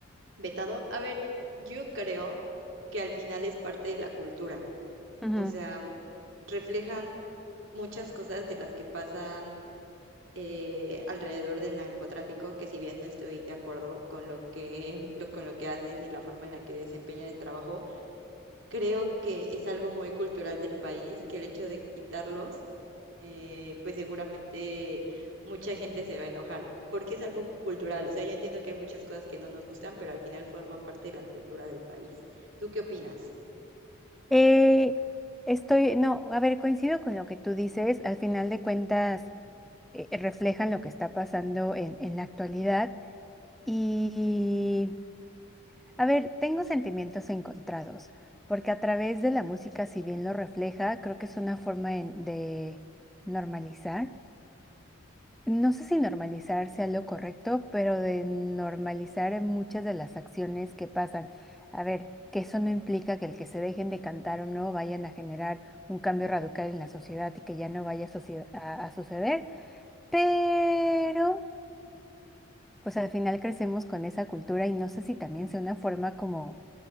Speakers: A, on the right; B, in the centre.
A: vetado. A ver, yo creo que al final es parte de la cultura.
B: Ujú.
A: O sea, reflejan muchas cosas de las que pasan eh, alrededor del narcotráfico, que si bien no estoy de acuerdo con lo que, lo- con lo que hacen y la forma en la que desempeñan el trabajo, Creo que es algo muy cultural del país, que el hecho de quitarlos, eh, pues seguramente mucha gente se va a enojar, porque es algo cultural. O sea, yo entiendo que hay muchas cosas que no nos gustan, pero al final forman parte de la cultura del país. ¿Tú qué opinas?
B: Eh, estoy, no, a ver, coincido con lo que tú dices. Al final de cuentas, eh, reflejan lo que está pasando en, en la actualidad. Y A ver, tengo sentimientos encontrados, porque a través de la música, si bien lo refleja, creo que es una forma en- de normalizar. No sé si normalizar sea lo correcto, pero de normalizar en muchas de las acciones que pasan. A ver, que eso no implica que el que se dejen de cantar o no vayan a generar un cambio radical en la sociedad y que ya no vaya a, socie- a a suceder, pero pues al final crecemos con esa cultura y no sé si también sea una forma como